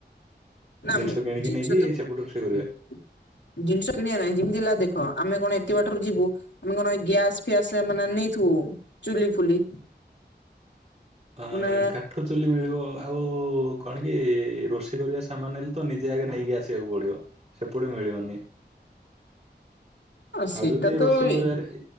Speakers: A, on the left; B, on the right.
A: ନା
B: ଜିନିଷ
A: ମୁଁ
B: କିଣିକି
A: ଜିନିଷ
B: ନେଇକି
A: ତ <unintelligible>
B: ସେପଟୁ ରୋଷେଇ କରିବା
A: ଜିନିଷ କିଣିବା ନାହିଁ ଯେମିତି ହେଲା ଦେଖ ଆମେ କଣ ଏତେ ବାଟରୁ ଯିବୁ। ଆମେ କଣ ଗ୍ୟାସ ଫ୍ୟାସ ଏ ମାନେ ନେଇଥିବୁ ଚୁଲି ଫୁଲି।
B: ଆଁ
A: ମାନେ
B: କାଠ ଚୁଲି ମିଳିବ ଆ ଆଉ କଣ କି ରୋଷେଇ କରିବା ସାମାନ ହେଲେ ତ ନିଜେ ଆଗେ ନେଇକି ଆସିବାକୁ ପଡ଼ିବ। ସେପଟେ ମିଳିବନି।
A: ଆ ସେଇଟା
B: ଆଉ ଯଦି
A: ତ
B: ରୋଷେଇ
A: ଏ
B: କରିବାରେ